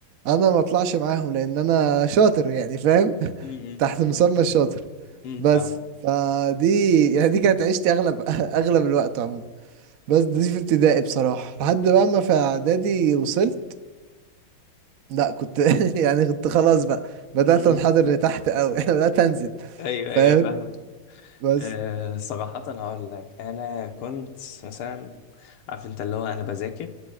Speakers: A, on the right; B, on the left.
A: انا ما اطلعش معاهم لان انا شاطر يعني فاهم
B: <laughs> امم
A: <laughs> تحت مسمى الشاطر
B: امم
A: بس
B: فاهمك
A: فدي <laughs> يعني دي كانت عيشتي اغلب <laughs> اغلب الوقت عموما بس دي في ابتدائي بصراحة لحد بقى ما في اعدادي وصلت لا كنت <laughs> يعني كنت خلاص بقى بدأت
B: امم
A: انحدر لتحت قوي <laughs> بدأت انزل
B: ايوه ايوه
A: فاهم
B: فاهمك
A: بس
B: أه صراحة هقول لك انا كنت مثلا عارف انت اللي هو انا بذاكر